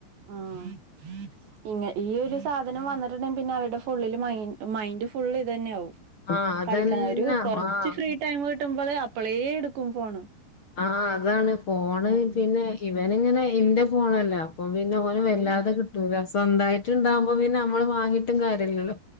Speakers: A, on the right; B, on the left.
A: ആഹ്
B: <inaudible>
A: ഇങ്ങ ഈ ഒരു സാധനം വന്നിട്ടുണ്ടെങ്കിൽ പിന്നെ അവരുടെ ഫുള്ളിൽ മൈൻഡ് ഫുള്ള് ഇത് തന്നെ ആവും
B: ആഹ് അതന്നെ
A: കളിക്കാൻ ഒരു കൊറച്ച്
B: ആഹ്
A: ഫ്രീ ടൈമ് കിട്ടുമ്പോളെ അപ്പളേ എടുക്കും ഫോണ്
B: ആഹ് അതാണ് ഫോണ്ച്ചയ്ഞ
A: ഉം
B: ഇവന് ഇങ്ങനെ ഇന്റെ ഫോണല്ല അപ്പം പിന്നെ ഓന് വല്ലാതെ
A: ആഹ്
B: കിട്ടൂല സ്വന്തായിട്ട് ഇണ്ടാവുമ്പോ പിന്നെ നമ്മള് വാങ്ങീട്ടും കാര്യല്ലല്ലോ